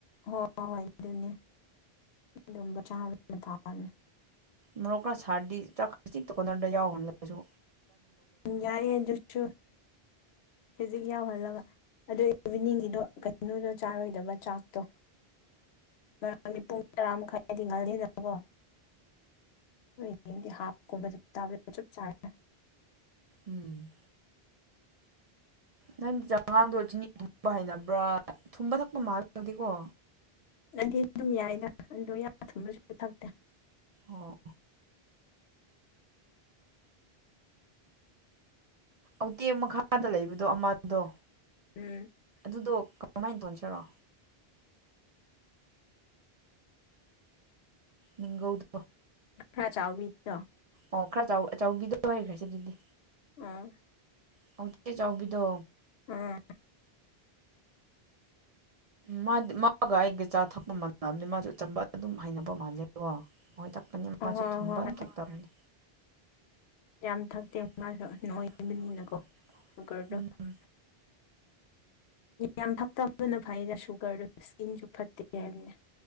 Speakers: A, on the left; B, on the right.
A: ꯍꯣꯏ ꯍꯣꯏ ꯍꯣꯏ ꯑꯗꯨꯅꯦ ꯑꯗꯨ ꯆꯥꯅ ꯊꯥꯦ
B: ꯃꯔꯣꯛꯀꯔꯥ ꯁꯥꯔꯗꯤ ꯆ ꯆꯤꯛꯇ ꯀꯣꯅꯔꯗ ꯌꯥꯎꯈ꯭ꯔꯁꯨ
A: ꯌꯥꯏꯦ ꯁꯨ ꯍꯧꯖꯤꯛ ꯌꯥꯎꯍꯜꯂꯒ ꯑꯗꯨ ꯏꯚꯤꯅꯤꯡꯒꯤꯗꯣ ꯀꯩꯅꯣꯗꯣ ꯆꯥꯔꯣꯏꯗꯕ ꯆꯥꯛꯇꯣ ꯥꯡ ꯄꯨꯡ ꯇꯔꯥ ꯃꯈꯥꯏ ꯍꯥꯏꯗꯤ ꯉꯊꯗꯅꯀꯣ ꯍ ꯌꯦꯡꯗꯤ ꯍꯥꯞꯀꯨꯝꯕꯗ ꯇꯥꯕ ꯆꯞ ꯆꯥꯔꯦ
B: ꯎꯝ ꯅꯪ ꯆꯉꯥꯡꯗꯣ ꯆꯤꯅꯤꯨꯝꯕ ꯍꯅꯕ꯭ꯔꯥ ꯊꯨꯝꯕ ꯊꯛꯄ ꯃꯥꯜꯂꯂꯗꯦꯀꯣ
A: ꯅꯪꯗꯤ ꯑꯗꯨꯝ ꯌꯥꯏꯗ ꯑꯗꯣ ꯌꯥꯝ ꯊꯨꯝꯕꯁꯨ ꯊꯛꯇꯦ
B: ꯑꯣ ꯑꯇꯦꯛ ꯃꯈꯥꯗ ꯂꯩꯕꯗꯣ ꯑꯃꯜꯗꯣ
A: ꯎꯝ
B: ꯑꯗꯨꯗꯣ ꯀꯃꯍꯥꯏꯅ ꯇꯣꯟꯁꯤꯔꯣ ꯅꯤꯡꯧꯗ
A: ꯑ꯭ꯔ ꯆꯥꯎꯃꯤꯠꯇ
B: ꯑꯣ ꯈꯔ ꯆꯥꯎꯤꯗꯣ ꯑꯣꯏꯈ꯭ꯔꯦ ꯁꯤ ꯑꯗꯨꯗꯤ
A: ꯑꯥ
B: ꯍꯧꯖꯤꯛ ꯆꯥꯎꯕꯤꯗꯣ
A: ꯑꯝ
B: ꯃꯥꯗꯤ ꯃꯥꯒ ꯑꯩꯗꯤ ꯆꯥ ꯊꯛꯄ ꯃꯥꯟꯅꯕꯅꯤ ꯃꯥꯁꯨ ꯑꯆꯝꯕ ꯑꯗꯨꯝ ꯍꯩꯅꯅꯕ ꯃꯥꯟꯖꯀꯣ ꯊꯛꯄꯅꯤ
A: ꯑꯣ
B: ꯃꯥꯁꯨ
A: ꯍꯣꯏ
B: ꯊꯨꯝꯕ
A: ꯍꯣꯏ ꯍꯣꯏ
B: ꯌꯥꯝ ꯊꯛꯇꯕꯅꯤ
A: ꯌꯥꯝ ꯊꯛꯇꯦ
B: ꯌꯥꯝ ꯊꯛꯇꯦ
A: ꯃꯥꯁꯨ ꯅ
B: ꯃꯥꯁꯨ
A: ꯑꯣꯏꯕꯅꯤꯅꯀꯣ
B: ꯅꯣꯏꯕꯅꯤꯅꯀꯣ
A: ꯁꯨꯒꯔꯗꯣ
B: ꯎꯝ
A: ꯌꯥꯝ ꯊꯛꯇꯕꯅ ꯐꯩꯗ ꯁꯨꯒꯔꯗꯨ ꯏꯁꯀꯤꯟꯁꯨ ꯐꯠꯇꯦ ꯍꯥꯏꯕꯅꯦ